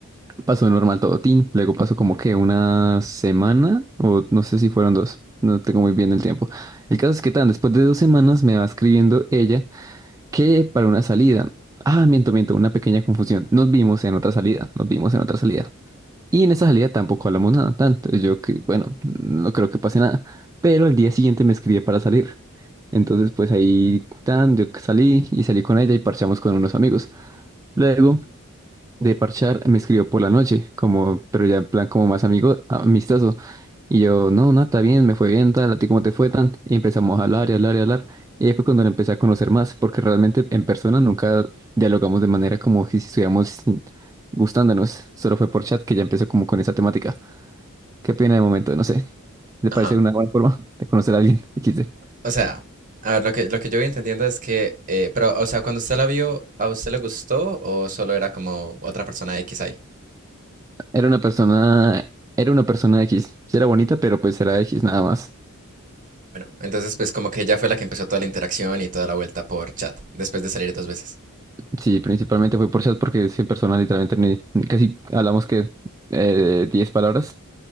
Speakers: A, on the right; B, on the right.
A: Pasó normal todo, tin. Luego pasó como que una semana, o no sé si fueron dos, no tengo muy bien el tiempo. El caso es que tan, después de dos semanas me va escribiendo ella que para una salida. Ah, miento, miento, una pequeña confusión. Nos vimos en otra salida, nos vimos en otra salida. Y en esa salida tampoco hablamos nada, tanto. Yo que, bueno, no creo que pase nada. Pero al día siguiente me escribía para salir. Entonces, pues ahí tan, yo salí y salí con ella y parchamos con unos amigos. Luego de parchar, me escribió por la noche, como, pero ya en plan como más amigo, amistoso. Y yo, no, no, está bien, me fue bien, tal, a ti cómo te fue tan. Y empezamos a hablar y hablar y hablar. Y ahí fue cuando la empecé a conocer más, porque realmente en persona nunca dialogamos de manera como que si estuviéramos gustándonos. Solo fue por chat que ya empezó como con esa temática. ¿Qué pena de momento? No sé. ¿Le
B: Ajá.
A: parece una buena forma de conocer a alguien? <laughs> XD.
B: O sea, a ver, lo que, lo que yo voy entendiendo es que, eh, pero, o sea, cuando usted la vio, ¿a usted le gustó o solo era como otra persona X ahí?
A: Era una persona, era una persona X. Sí era bonita, pero pues era X nada más.
B: Bueno, entonces pues como que ella fue la que empezó toda la interacción y toda la vuelta por chat, después de salir dos veces.
A: Sí, principalmente fue por chat porque 100 personas literalmente ni- casi hablamos que eh, 10 palabras